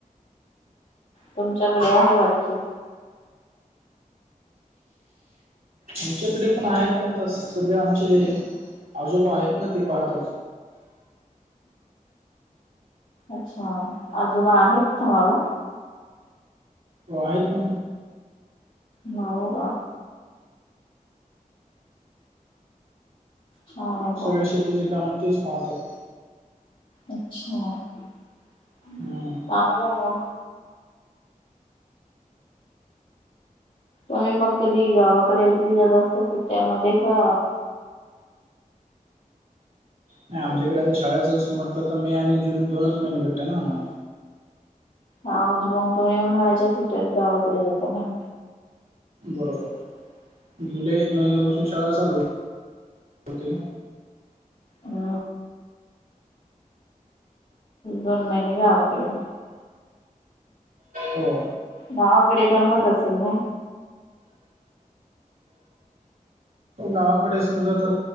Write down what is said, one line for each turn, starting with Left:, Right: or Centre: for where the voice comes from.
Left: तुमच्याकडे आहे वाटते.
Right: आमच्याकडे पण आहे पण आता सध्या आमचे आजोबा आहेत ना ते पाहतात.
Left: अच्छा आजोबा आहेत तुम्हाला.
Right: हो आहेत ना.
Left: हो हो का. छान आहे बा
Right: सगळे शेतीचे काम तेच पाहतात.
Left: अच्छा चांगलं
Right: हम्म
Left: म. तम्ही मग कधी गावाकडे कधी जालं असत अस त्यामध्ये का
Right: नाही आमच्याकडे आता शाळेच म्हटलं तर मे आणि जून दोनच महिने भेटत ना आम्हाला
Left: हा मग तुम्ही उन्हाळााच्या सुट्टीत गावाकडे जाता ना
Right: बरोबर जुलै महिन्यापासून शाळा चालू होते.
Left: हम. दोन महिने गावाकडे.
Right: हो.
Left: गावाकडे करमत असेल ना.
Right: गावाकडे समजा